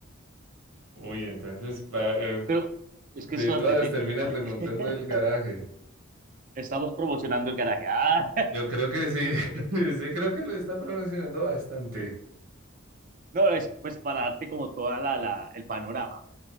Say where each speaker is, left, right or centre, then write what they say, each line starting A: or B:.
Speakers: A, on the right; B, on the right.
A: Uy, entonces, pa- eh,
B: Pero es
A: de
B: que eso
A: todas
B: depende.
A: terminas
B: <laughs>
A: remontando el garaje.
B: Estamos promocionando el garaje. Ah,
A: Yo creo que sí, <laughs> sí creo que lo está pronunciando bastante.
B: <laughs> no, es pues para darte como toda la, la- el panorama.